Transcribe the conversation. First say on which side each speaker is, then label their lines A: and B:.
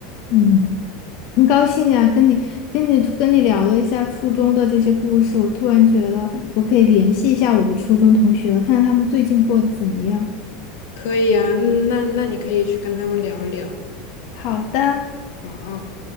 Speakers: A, on the left (about 45°); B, on the left (about 65°).
A: 嗯，很高兴呀，跟你跟你跟你聊了一下初中的这些故事，我突然觉得我可以联系一下我的初中同学了，看看他们最近过得怎么样。
B: 可以啊，那那你可以去跟他们聊一聊，
A: 好的。
B: 好啊。